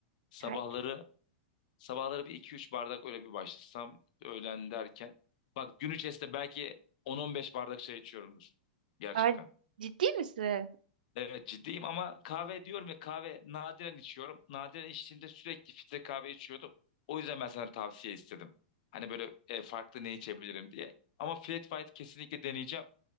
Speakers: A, on the left; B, on the right.
A: Sabahları
B: kaç?
A: Sabahları bir iki üç bardak öyle bir başlasam öğlen derken. Bak gün içerisinde belki on on beş bardak şey içiyorumdur. Gerçekten.
B: Aa, ciddi misin?
A: Evet ciddiyim ama kahve diyorum ya kahve nadiren içiyorum. Nadiren içtiğimde sürekli filtre kahve içiyordum. O yüzden ben sana tavsiye istedim. Hani böyle e, farklı ne içebilirim diye. Ama Flat White kesinlikle deneyeceğim.